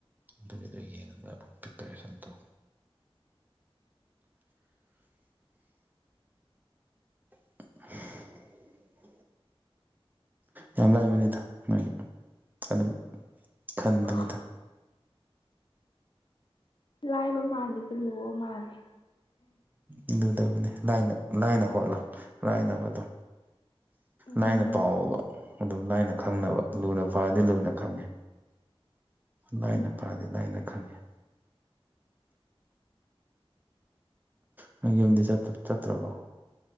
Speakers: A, on the right; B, on the left.
A: ꯑꯗꯨꯒꯤꯗ ꯌꯦꯡꯒ ꯄ꯭ꯔꯤꯄꯔꯦꯁꯟ ꯇꯧ <unintelligible> ꯌꯥꯝ ꯂꯥꯏꯕꯅꯤꯗ ꯃꯥꯒꯤ ꯑꯗꯨꯝ ꯈꯟꯕꯅꯤꯗ
B: ꯍꯣꯏ ꯂꯥꯏꯕ ꯃꯥꯜꯂꯤꯦꯗ ꯂꯨ ꯃꯥꯜꯂꯦ
A: ꯏ ꯂꯨꯗꯕꯅꯤ ꯂꯥꯏꯅ ꯍꯣꯠꯂꯣ ꯂꯥꯏꯅꯕꯗꯣ
B: ꯎꯝ
A: ꯂꯥꯏꯅ ꯄꯥꯎꯕ ꯑꯗꯨꯝ ꯂꯥꯏꯅ ꯈꯪꯅꯕ ꯂꯨꯅ ꯄꯥꯔꯗꯤ ꯂꯨꯅ ꯈꯪꯉꯦ ꯂꯥꯏꯅ
B: ꯎꯝ
A: ꯐꯥꯗꯤ ꯂꯥꯏꯅ ꯈꯪꯉꯦ ꯅꯪ ꯌꯨꯝꯗꯤ ꯆꯠꯇ ꯆꯠꯇ꯭ꯔꯕꯣ